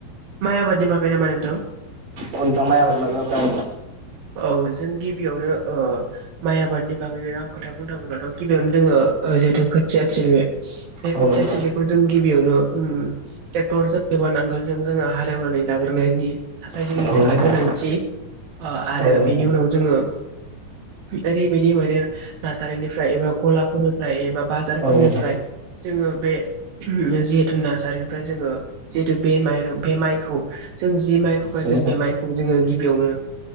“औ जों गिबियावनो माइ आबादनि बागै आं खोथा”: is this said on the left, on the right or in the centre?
Right